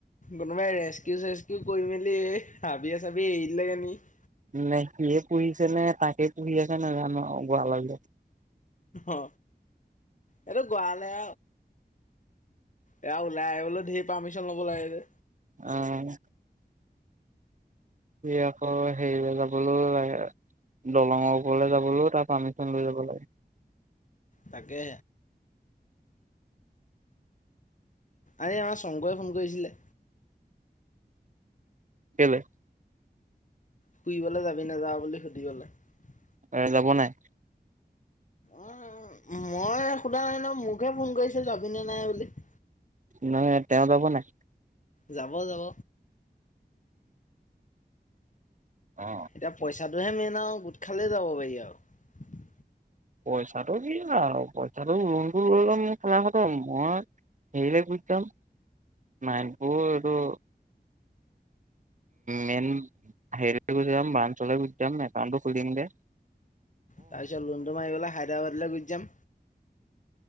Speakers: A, on the left (about 45°); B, on the right (about 50°).
A: কোনোবাই ৰেষ্টকিউ-চেষ্টকিউ কৰি মেলি এই হাবিয়ে-চাবিয়ে মেলি দিলে গৈ নেকি। <inaudible>
B: নে সিয়ে পুহিছে নে তাকেই পুহি আছে নেজানো আৰু গোৱালা ঘৰ ।
A: অ এইটো গোৱালাই এয়া ওলাই আহিবলৈ ঢেৰ পাৰ্মিশন ল'ব লাগিল যে।
B: অ আকৌ হেৰিলৈ যাবলৈ লাগে দলঙৰ ওপৰলৈ যাবলৈও তাৰ পাৰ্মিচন লৈ যাব লাগে।
A: তাকে আৰে আমাৰ শংকৰে ফোন কৰিছিলে।
B: কেলে?
A: ফুৰিবলে যাবি নাযাওঁ বুলি সুধিবলে ।
B: এ যাব নাই ।
A: অ মই সোধা নাই ন মোকহে ফোন কৰিছিল যাবিনে নাই বুলি ।
B: নহয় তেওঁ যাব নাই?
A: যাব যাব।
B: অ
A: এতিয়া পইচাটোহে মেইন। আৰু গোট খালে যাব পাৰি আৰু ।
B: পইচাটো কি ন আৰু পইচাটো লোণটো লৈ লম খেলা খটম মই হেৰিলৈ গুজি যাম নাইবোৰ এইটো মেইন হেৰিলৈ গুচি যাম বাঞ্চলৈ গুচি যাম একাউটটো খুলিম গে।
A: তাৰপিছত লোণটো মাৰিবলে হাইড্ৰবাদলৈ গুচি যাম।